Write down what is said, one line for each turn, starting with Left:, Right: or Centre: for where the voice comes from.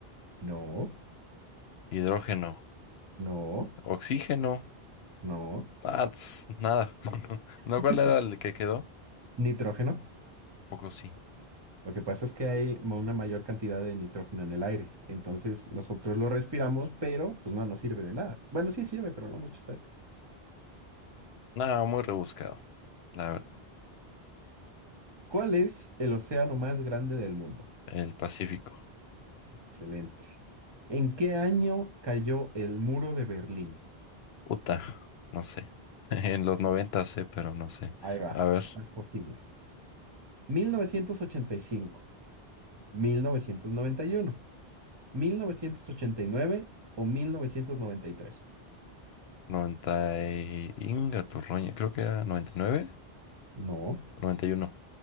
Right: No,
Left: Hidrógeno.
Right: no,
Left: Oxígeno.
Right: no.
Left: Ah, tss, nada. <laughs> ¿No
Right: <laughs>
Left: cuál era el que quedó?
Right: Nitrógeno.
Left: Poco sí.
Right: Lo que pasa es que hay ma- una mayor cantidad de nitrógeno en el aire. Entonces nosotros lo respiramos, pero pues no nos sirve de nada. Bueno, sí sirve, pero no mucho, ¿sabes?
Left: Nada, muy rebuscado, la verdad.
Right: ¿Cuál es el océano más grande del mundo?
Left: El Pacífico.
Right: Excelente. ¿En qué año cayó el muro de Berlín?
Left: Uta, no sé. <laughs> En los 90 sé, pero no sé.
Right: Ahí va,
Left: A ver,
Right: las posibles. mil mil mil novecientos novecientos novecientos ochenta y y cinco mil novecientos noventa y uno mil novecientos ochenta y nueve o mil novecientos noventa y tres
Left: 90 y... Inga tu roña, creo que era noventa y nueve,
Right: No,
Left: noventa y uno,